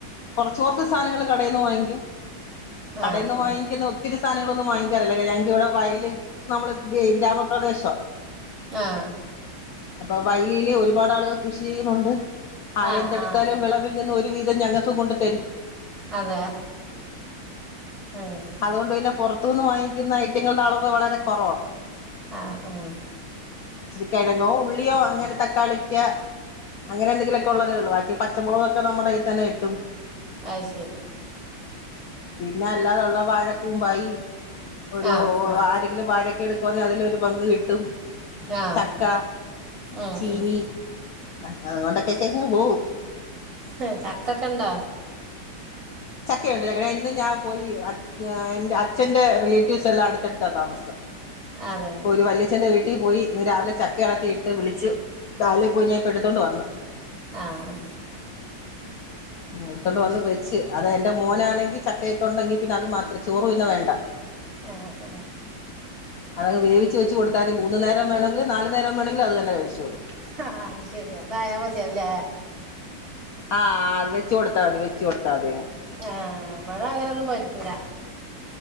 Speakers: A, on the left; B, on the right.
A: കൊറച്ച് കൊറച്ച് സാനങ്ങൾ കടേന്ന് വാങ്ങിക്കും
B: ആഹ്
A: കടേന്ന് വാങ്ങിക്കുന്ന ഒ ഒത്തിരി സാധനങ്ങളൊന്നും വാങ്ങിക്കാറില്ല. ഞങ്ങക്ക് ഇവിടെ വയല് നമ്മള് ഏ ഗ്രാമ പ്രദേശാ.
B: ആഹ്
A: അപ്പൊ വഴിലീലേ ഒരുപാട് ആളുകൾ കൃഷി ചെയ്യുന്നുണ്ട്. ആരെന്തെടുത്താലും
B: ആഹ് ആഹ് ആഹ്
A: വിളവിൽ നിന്ന് ഒരുവീതം ഞങ്ങക്ക് കൊണ്ട് തരും.
B: അതേ അങ്ങനെ,
A: അതുകൊണ്ട് പിന്നെ പുറത്തൂന്ന് വാങ്ങിക്യുന്ന ഐറ്റങ്ങളുടെ അളവ് വളരെ കുറവാ.
B: ആഹ് ആഹ്
A: ഇച്ചിരി കെഴങ്ങോ ഉള്ളിയോ അങ്ങനെ തക്കാളിക്ക്യേ അങ്ങനെ എന്തെങ്കിലൊക്ക ഒള്ളതേ ഒള്ളൂ ബാക്കി പച്ചമുളകൊക്കെ നമ്മടെ കയ്യി തന്നെ കിട്ടും.
B: അഹ് ശരി
A: പിന്നെ അല്ലാതെ ഉള്ള വാഴക്കൂമ്പായി ഒരു
B: ആഹ്
A: ഒ
B: ആഹ്
A: ആരെങ്കിലും വാഴക്കെ എടുക്കോന്ന് അതിലൊരു പങ്ക് കിട്ടും.
B: ആഹ്
A: ചക്ക
B: ഉം
A: ചീനി
B: ഉം
A: അ അതുകൊണ്ടൊക്കെക്കങ്ങ് പോവും
B: ഹ് ചക്കക്കണ്ടാ
A: ചക്കയുണ്ട് ഞങ്ങളേൽ ഇന്നും ഞാപോയി അ ഞാ എന്റെ അച്ഛന്റെ റിലേറ്റീവ്സെല്ലാം അട്ത്തട്ത്താ താമസം
B: അതേ
A: ഇപ്പോ ഒരു വല്ല്യച്ഛൻ്റെ വീട്ടിൽ പോയി ഇന്ന് രാവിലെ ചക്ക അടർത്തിയിട്ട് വിളിച്ച് രാവിലെ പോയി ഞാൻ ഇപ്പ എടുത്തൊണ്ട് വന്നു
B: ആഹ്
A: മ് എട്ത്തോണ്ട്
B: അത്
A: വന്ന്
B: ശരി
A: വെച്ച് അത് എന്റെ മോനാണെങ്കി ചക്കയെക്കൊണ്ടങ്കി പിന്നെ അത് മാത്രം ചോറു പിന്നെ വേണ്ട
B: ആഹ് ആഹ്
A: അതങ്ങ് വേവിച്ച് വെച്ച് കൊടുത്താതി മൂന്ന് നേരം വേണോങ്കിലും നാല് നേരം വേണോങ്കിലും അത് തന്നെ കഴിച്ചോളും
B: ഹാഹാ അത്ശര്യാ അതായാമതിയാവൂല്ലേ
A: ആഹ് അത് വെച്ച് കൊടുത്താമതി വെച്ച് കൊടുത്താതി
B: ആഹ് ഇവട അങ്ങനൊന്നും പറ്റൂല